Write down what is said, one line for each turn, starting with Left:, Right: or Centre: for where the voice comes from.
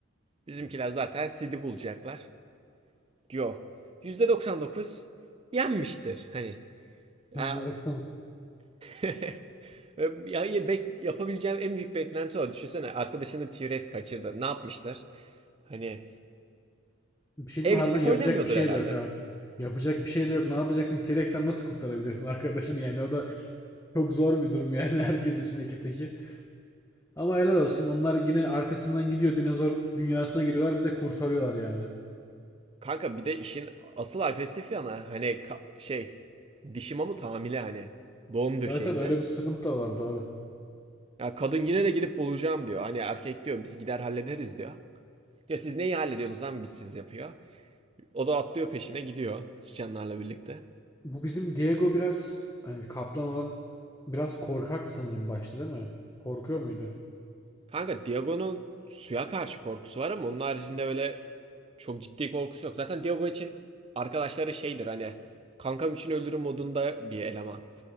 Right: Bizimkiler zaten Sid'i bulacaklar. yo. dokuz yenmiştir. Hani ya,
Left: İzle baksana.
Right: <laughs> ya yapabileceğim en büyük beklenti o. Düşünsene arkadaşını T-Rex kaçırdı. Ne yapmışlar? Hani
Left: Bir şey
Right: evcilik
Left: diyeyim mi? Harbiden yapacak
Right: oynamıyordur
Left: bir şey
Right: herhalde.
Left: de yok ha. Yapacak bir şey de yok. Ne yapacaksın? T-Rex'ten nasıl kurtarabilirsin <laughs> arkadaşını yani? O da çok zor bir durum yani <laughs> herkes için ekipteki. Ama helal olsun. Onlar yine arkasından gidiyor. Dinozor dünyasına giriyorlar. Bir de kurtarıyorlar yani.
Right: Kanka bir de işin asıl agresif yana hani şey dişi mamut hamile hani doğum döşeğinde.
Left: Evet evet öyle bir sıkıntı da var doğru.
Right: Ya kadın yine de gidip bulacağım diyor. Hani erkek diyor biz gider hallederiz diyor. Ya siz neyi hallediyorsunuz lan biz siz yapıyor. O da atlıyor peşine gidiyor sıçanlarla birlikte.
Left: Bu bizim Diego biraz hani kaplan olan biraz korkak sanırım başta değil mi? Korkuyor muydu?
Right: Kanka Diago'nun suya karşı korkusu var ama onun haricinde öyle çok ciddi korkusu yok. Zaten Diago için arkadaşları şeydir hani kankam için öldürüm modunda bir eleman.